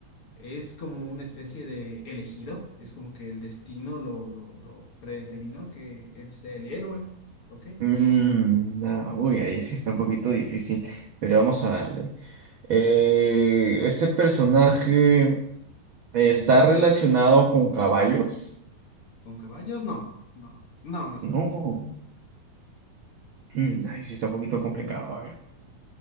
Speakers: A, on the left; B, on the right.
A: es como una especie de elegido, es como que el destino lo, lo, lo predeterminó que él sea el héroe, ¿ok?
B: Mm, no, uy, ahí sí está un poquito difícil, pero vamos a darle. Eh, ¿este personaje está relacionado con caballos?
A: ¿Con caballos? No, no, no, no está
B: No.
A: relacionado.
B: Mm, ahí sí está un poquito complicado, a ver.